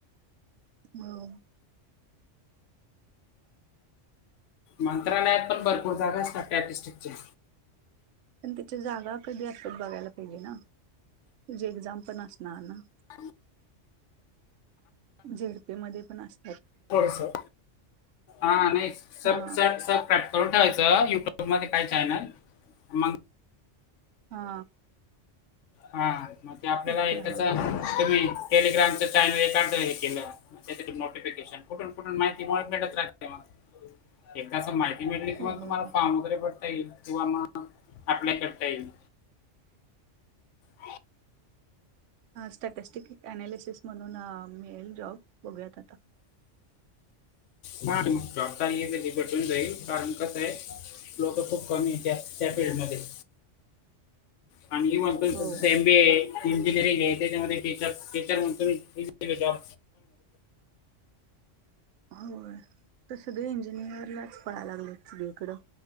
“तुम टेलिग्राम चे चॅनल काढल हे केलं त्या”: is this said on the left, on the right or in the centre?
Left